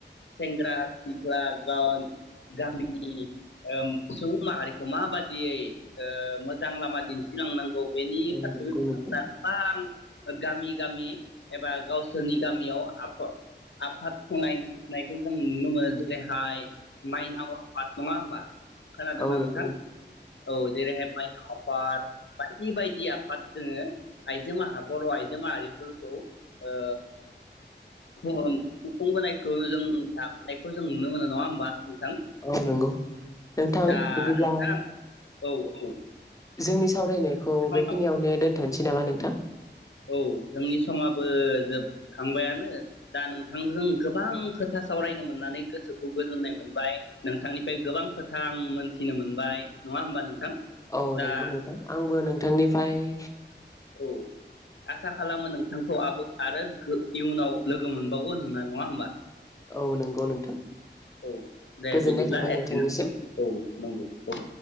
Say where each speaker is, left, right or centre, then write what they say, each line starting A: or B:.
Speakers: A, on the left; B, on the left.
A: सेंग्रा सिख्ला <unintelligible> गामिनि सुबुं माहारिखौ माबादियै मोजां लामा दिन्थिलांनांगौ बेनि
B: औ
A: फारसेबो
B: नंगौ
A: बिथांमोना
B: नोंथां
A: गोबां गामि गामि एबा गावसोरनि गामियाव आफद आफाद खनायनायखौ जों नुनो मोनो जेरैहाय माइनाव आफाद नङा होमबा खोनादोंना
B: औ नंगौ
A: नोंथां औ जेरैहाय माइनाव आफाद बायदि बायदि आफाद जोङो आइजो माहा बर' आइजो माहारिफोरखौ ओ खुं खुंबोनायखौ जों नुनो मोनो नङा होमबा? नोंथां
B: औ नंगौ नोंथां
A: दा
B: बिदिब्ला
A: नोंथां औ औ
B: जोंनि सावरायनायखौ
A: समाबो
B: बेखिनियावनो दोनथ'नोसै नामा नोंथां?
A: औ जोंनि समाबो जोबखांबायानो दा नोंथांजों गोबां खोथा सावरायनो मोननानै गोसोखौ गोजोननाय मोनबाय नोंथांनिफ्राय गोबां खोथा आं मोनथिनो मोनबाय। नङा होमबा नोंथां?
B: औ
A: दा
B: नंगौ नोंथां आंबो नोंथांनिफाय
A: औ आसा खालामो नोंथांखौ आबो आरो इयुनाव लोगो मोनबावगोन होनना नङा होमबा?
B: औ नंगौ नोंथां
A: औ दे
B: गोजोननाय
A: बिदिब्ला
B: थाबाय नोंथांनिसिम।
A: औ नंगौ औ